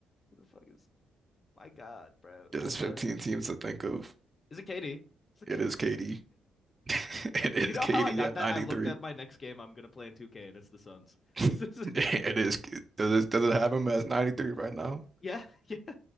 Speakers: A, on the left (about 35°); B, on the right (about 25°).
A: Who the fuck is my God, bro?
B: yeah,
A: What
B: there's
A: am
B: 15
A: I?
B: teams to think of.
A: Is it KD? It's it
B: It is KD. <laughs>
A: <laughs>
B: It is
A: You know
B: KD
A: how I got
B: at
A: that?
B: 93.
A: I looked at my next game I'm gonna play in 2K and it's the Suns.
B: <laughs>
A: It's the-
B: It is. Does it, does it have him as 93 right now?
A: <laughs> Yeah, yeah.